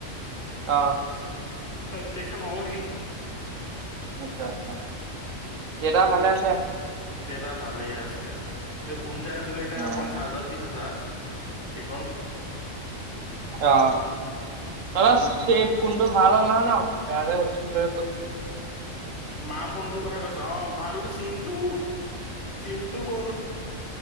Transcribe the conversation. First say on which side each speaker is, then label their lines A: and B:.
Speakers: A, on the right (about 75°); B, on the left (about 40°).
A: অ
B: আৰু দেখা পাব হিং।
A: আচ্ছা আচছা দেউতাঁ ভালে আছে।
B: দেউতা ভালে আছে এই ফোন চাই আছিলে এতিয়া
A: উম,
B: অকন চাৰ্জাৰ ত্ৰিছ আছাৰ এইখন
A: অঁ তাদাে
B: উম,
A: কোন টো ভাল হ'ল নহয় ন বেয়া যে হ'ছিল কৈছিলি
B: মা ফোনটোৰ কথা কৈছ অঁ ভাল চিনটো চিমটো গল।